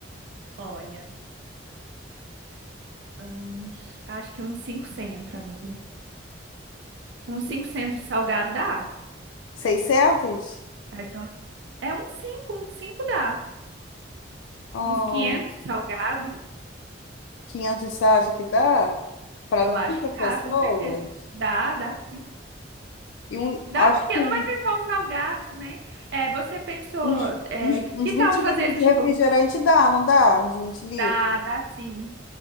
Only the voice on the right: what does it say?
Olha, uns- acho que uns cinco centro, amiga. Uns 500 salgado dá.
Tá? Então, É uns cinco uns cinco dá.
Uns 500 salgado,
eu
acho que dá,
com certeza. Dá, dá sim.
Dá,
porque
não vai ter só os salgados, né? É, você pensou,
é,
que,
que
tal fazer
esse
tipo?
Dá, dá sim.